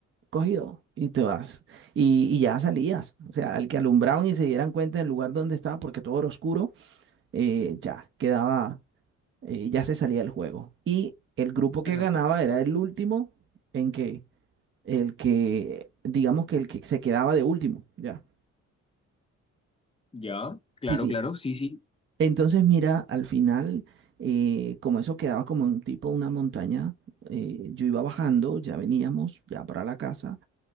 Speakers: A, on the right (about 40°); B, on the left (about 20°).
A: cogido y te vas. Y, y ya salías. O sea, al que alumbraban y se dieran cuenta del lugar donde estaba, porque todo era oscuro, eh, ya quedaba, eh, ya se salía del juego. Y el grupo
B: Interesante.
A: que ganaba era el último en que, el que, digamos que el que se quedaba de último, ya.
B: Ya, claro,
A: Sí, sí.
B: claro, sí, sí.
A: Entonces, mira, al final, eh, como eso quedaba como un tipo, una montaña, eh, yo iba bajando, ya veníamos, ya para la casa.